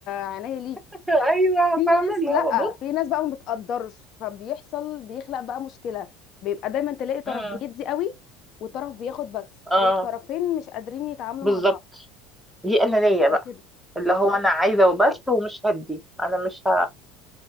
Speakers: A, on the left; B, in the centre.
A: عينيا ليك
B: <laughs> ايوه
A: في ناس
B: فاهمه اللي
A: لا
B: هو بص
A: في ناس بقى ما بتقدرش فبيحصل بيخلق بقى مشكله بيبقى دايما تلاقي طرف
B: مم.
A: بيدي قوي وطرف بياخد بس
B: اه
A: او الطرفين مش قادرين يتعاملوا
B: بالظبط
A: مع بعض
B: دي انانيه بقى
A: كده
B: اللي هو انا عايزه وبس ومش هدي انا مش ه...